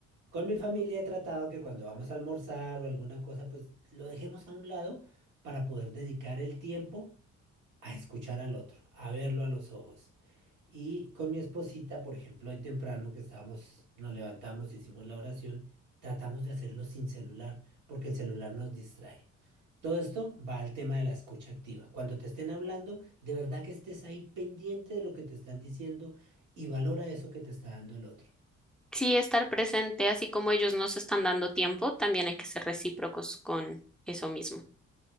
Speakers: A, on the right; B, in the centre.
A: Con mi familia he tratado que cuando vamos a almorzar o alguna cosa, pues lo dejemos a un lado para poder dedicar el tiempo a escuchar al otro, a verlo a los ojos. Y con mi esposita, por ejemplo, hoy temprano que estábamos, nos levantamos, hicimos la oración, tratamos de hacerlo sin celular, porque el celular nos distrae. Todo esto va al tema de la escucha activa. Cuando te estén hablando, de verdad que estés ahí pendiente de lo que te están diciendo y valora eso que te está dando el otro.
B: Sí, estar presente, así como ellos nos están dando tiempo, también hay que ser recíprocos con eso mismo.